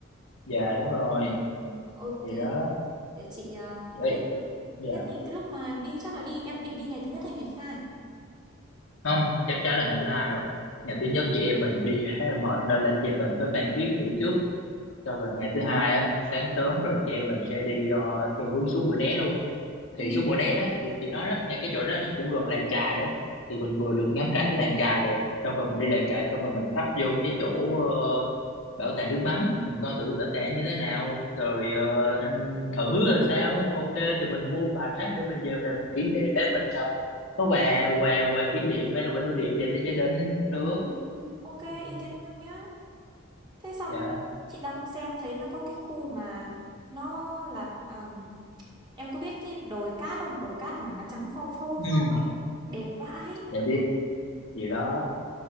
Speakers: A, on the left; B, on the right.
A: dạ đúng rồi
B: Ừ, ok
A: thì đó
B: để chị ờ, thế
A: Ê,
B: thì
A: dạ
B: thế thì cái lúc mà đi chắc là đi em định đi ngày thứ nhất hay ngày thứ hai?
A: không chắc chắn là ngày thứ hai rồi ngày thứ nhất chị em mình đi khá là mệt nên là chị em mình tới Phan Thiết nghỉ trước sau rồi ngày thứ hai á sáng sớm rồi chị em mình sẽ đi ờ, theo hướng xuống Mũi Né luôn
B: Ừ.
A: thì xuống mùa né đó chị, chị nói đó, ngay cái chỗ đó cũng gần làng chài đó thì mình vừa được ngắm cảnh cái làng chài đẹp xong rồi mình đi làng chài xong rồi mình tấp vô cái chỗ ờ, bảo tàng nước mắm mình coi thử bảo tàng như thế nào rồi ờ, anh thử rồi sao ok thì mình mua vài cái để mình về làm kỷ niệm Ê, mình ờ, có quà quà quà kỷ niệm hay là quà lưu niệm về cho gia đình cũng được
B: Ừ, ừ, Ok
A: ừ,
B: ý kiến hay nhá. Thế xong
A: dạ
B: chị đang xem thấy nó có cái khu mà nó là ờm, em có biết cái đồi cát không? Đồi cát mà nó trắng phau phau
A: ừ,
B: phau ấy đẹp vãi.
A: dạ biết gì đó